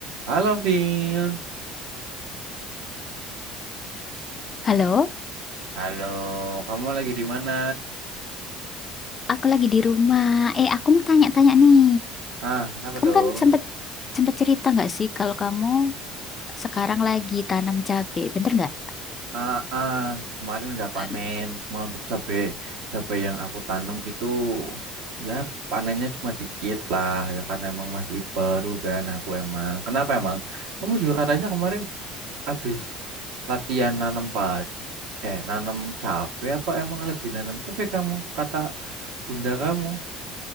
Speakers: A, on the right (about 85°); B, on the left (about 30°).
A: Halo Vin,
B: Halo,
A: halo. Kamu lagi di mana?
B: aku lagi di rumah. Eh, aku mau tanya-tanya nih.
A: Ah, kenapa
B: Kamu
A: tuh?
B: kan sempet sempet cerita nggak sih kalau kamu sekarang lagi tanam cabe, bener nggak?
A: Ah, ah, kemarin udah
B: Eh.
A: panen, cuma untuk cabe cabe yang aku tanam itu ya panennya cuma dikit lah ya karena emang masih baru kan aku emang. Kenapa emang? Kamu juga katanya kemarin habis latihan nanam pad eh nanam cabe apa emang lagi nanam cabe kamu? Kata bunda kamu.